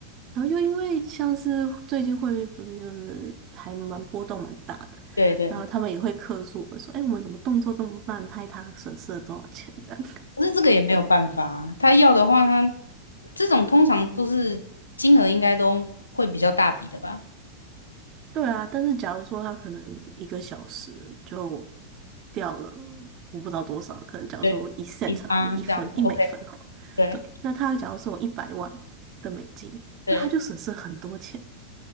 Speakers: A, on the right; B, on the left.
A: 然后又因为像是最近汇率不是就是还蛮波动蛮大的，
B: 对对，
A: 然后他们也会客诉我们说，哎，我们怎么动作这么慢，害他损失了多少钱这样。
B: 可是这个也没有办法啊，他要的话他，这种通常都是金额应该都会比较大笔的吧？
A: <laughs> 对啊，但是假如说他可能一个小时就掉了，我不知道多少，可能假如说一
B: 对，
A: cent
B: 一八这样子，OK，
A: 好了，一分一美分好了，
B: 对
A: 对，那他假如说有一百万的美金，
B: 对。
A: 那他就损失了很多钱。